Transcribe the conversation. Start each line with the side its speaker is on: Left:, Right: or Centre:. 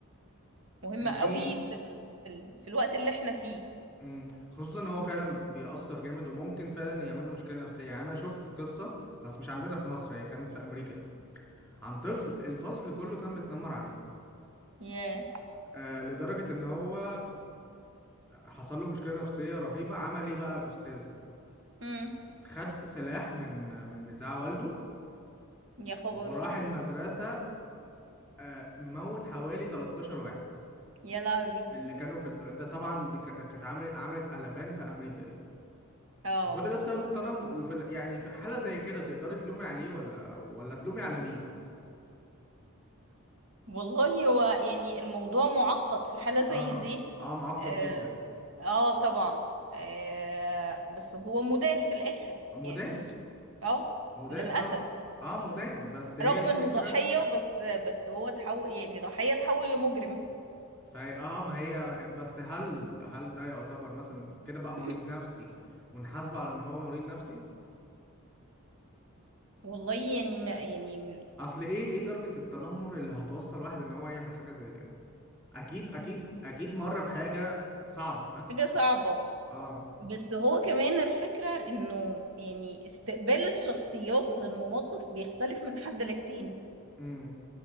Centre: <laughs>
Right: مهمة
Centre: كان
Right: قوي
Centre: في
Right: في ال... في ال... في الوقت اللي احنا فيه
Centre: امم خصوصا ان هو فعلا بيأثر جامد وممكن فعلا يعمله مشكلة نفسية يعني انا شفت قصة بس مش عندنا في مصر هي كانت في امريكا عن طفل الفصل كله كان بيتنمر عليه
Right: يا
Centre: آه لدرجة ان هو حصل له مشكلة نفسية رهيبة عمل ايه بقى الأستاذ
Right: امم
Centre: خد سلاح من من بتاع والده
Right: يا خبر
Centre: وراح المدرسة آه، موت حوالي 13 واحد
Right: يا لهوي
Centre: من اللي كانوا في ال- ده طبعا دي ك- كانت عملت عملت قلبان في أمريكا دي
Right: اه
Centre: وكل ده بسبب التنمر وفي ال- يعني في حالة زي كده تقدري تلومي عليه ولا ولا تلومي على مين؟
Right: والله هو يعني الموضوع معقد في حالة زي
Centre: اه
Right: دي
Centre: اه معقد
Right: اه,
Centre: جدا
Right: آه طبعا آه بس هو مدان في الآخر
Centre: مدان
Right: يعني اه
Centre: مدان
Right: للأسف
Centre: طبعا اه مدان بس هي
Right: رغم
Centre: الفكرة
Right: انه ضحية بس بس هو تحول يعني ضحية تحول لمجرم
Centre: فهي اه ما هي بس هل هل ده يعتبر مثلا كده بقى مريض
Right: <coughs>
Centre: نفسي ونحاسبه على ان هو مريض نفسي
Right: والله يعني ما يعني
Centre: اصل ايه ايه درجة التنمر اللي هتوصل واحد ان هو يعمل حاجة زي كده اكيد اكيد اكيد مر بحاجة صعبة <laughs>
Right: حاجة صعبة
Centre: اه
Right: بس هو كمان الفكرة انه يعني استقبال الشخصيات للمواقف بيختلف من حد للتاني
Centre: امم